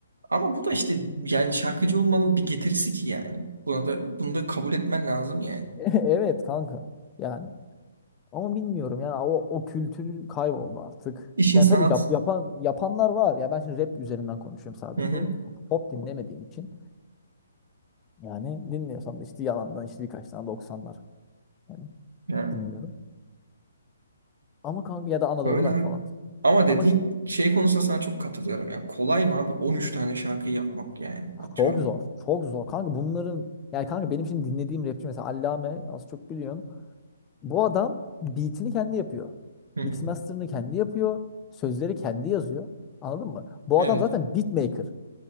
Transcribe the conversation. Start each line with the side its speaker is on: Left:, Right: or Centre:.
Right: Ama bu da işte
Left: Yani,
Right: yani şarkıcı olmanın bir getirisi ki yani. Buna da, bunu da kabul etmen lazım yani.
Left: <laughs> evet kanka. Yani ama bilmiyorum yani o, o kültür kayboldu artık.
Right: İşin
Left: Yani
Right: sanat.
Left: tabii yap, yapan yapanlar var. Ya ben şimdi rap üzerinden konuşuyorum sadece.
Right: Hı hı.
Left: Pop dinlemediğim için. Yani dinliyorsam da işte yalandan işte birkaç tane doksanlar Yani
Right: Yani
Left: dinliyorum. Ama kanka ya da Anadolu
Right: öyle
Left: rock
Right: abi.
Left: falan.
Right: Ama dediğin
Left: Ama şimdi
Right: şey konusunda sana çok katılıyorum. Ya kolay mı abi 13 tane şarkı yapmak yani atıyorum.
Left: Çok zor. Çok zor. Kanka bunların yani kanka benim şimdi dinlediğim rapçi mesela Allame az çok biliyorsun. Bu adam beatini kendi yapıyor.
Right: Hı hı.
Left: Mix master'ını kendi yapıyor. Sözleri kendi yazıyor. Anladın mı? Bu
Right: Evet.
Left: adam zaten beatmaker.